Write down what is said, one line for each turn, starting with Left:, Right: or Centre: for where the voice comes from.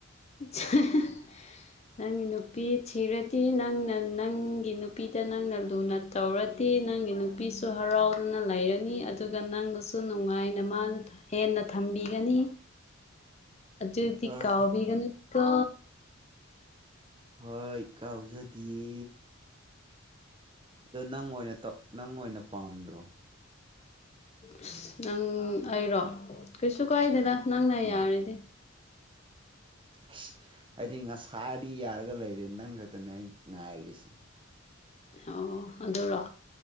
Left: <unintelligible> ꯅꯪ ꯅꯨꯄꯤ ꯊꯤꯔꯠ ꯇꯤ ꯅꯪꯅ ꯅꯪꯒꯤ ꯅꯨꯄꯤꯗ ꯅꯪꯅ ꯂꯨꯅ ꯇꯧꯔꯗꯤ ꯅꯪꯒꯤ ꯅꯨꯞ ꯀꯩꯁꯨ ꯍꯔꯥꯎꯅ ꯂꯩꯔꯅꯤ ꯑꯗꯨꯒ ꯅꯪꯕꯨꯁꯨ ꯅꯨꯡꯉꯥꯏꯅ ꯃꯥꯅꯊꯝ ꯍꯦꯟꯅ ꯊꯝꯕꯤꯒꯅꯤ ꯑꯗꯨꯗꯤ
Right: ꯑꯥ
Left: ꯀꯥꯎꯕꯤꯒꯅꯨ ꯀꯣ
Right: ꯍꯣꯏ ꯀꯥꯎꯖꯗꯤꯌꯦ ꯗꯣ ꯅꯪ ꯑꯣꯏꯅ ꯇꯧ ꯅꯪ ꯑꯣꯏꯅ ꯄꯥꯝꯗ꯭ꯔꯣ
Left: ꯏꯁ ꯅꯪ ꯑꯩꯔꯣ ꯀꯩꯁꯨ ꯀꯥꯏꯗꯦꯅ ꯅꯪꯅ
Right: ꯎꯝ
Left: ꯌꯥꯔꯗꯤ
Right: ꯏꯁ ꯑꯩꯗꯤ ꯉꯁꯥꯏꯗꯩ ꯌꯥꯔꯒ ꯂꯩꯔꯦ ꯅꯪ ꯈꯛꯇꯅꯦ ꯑꯩ ꯉꯥꯏꯔꯤꯁꯤ
Left: ꯑꯣ ꯑꯗꯨꯔꯣ